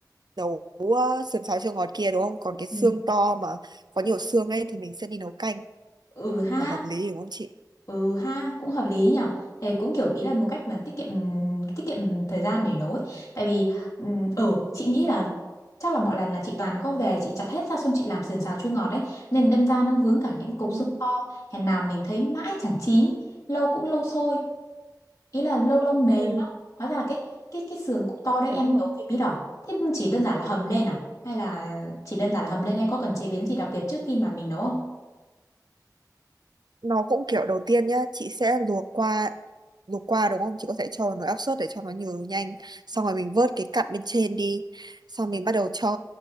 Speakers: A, on the right; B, on the left.
A: nấu ờ, sườn xào chua ngọt kia đúng không còn cái
B: ừ.
A: xương to mà có nhiều xương ấy thì mình sẽ đi nấu canh
B: ừ ha
A: là hợp lý đúng không chị
B: ừ ha cũng hợp lý nhở Thế cũng kiểu ý là một cách mà tiết kiệm tiết kiệm thời gian để nấu ấy. tại vì ừm, ừ chị nghĩ
A: đúng
B: là
A: không?
B: chắc là mọi lần là chị toàn có về chị chặt hết ra xong chị làm sườn xào chua ngọt đấy nên đâm ra nó vướng cả những cục
A: Ừ.
B: xương to hèn nào mình thấy mãi chẳng chín lâu cũng lâu sôi ý là lâu lâu mềm
A: Ừ.
B: lắm hóa ra là cái cái cái sườn cục to đấy em
A: đúng rồi
B: nấu với bí đỏ thế chỉ đơn giản là hầm lên à hay là chỉ đơn giản là hầm lên hay có cần chế biến gì đặc biệt trước khi mà mình nấu không
A: nó cũng kiểu đầu tiên nhá chị sẽ luộc qua luộc qua đúng không chị có thể cho vào nồi áp suất để cho nó nhừ nhanh xong rồi mình vớt cái cặn bên trên đi xong mình bắt đầu cho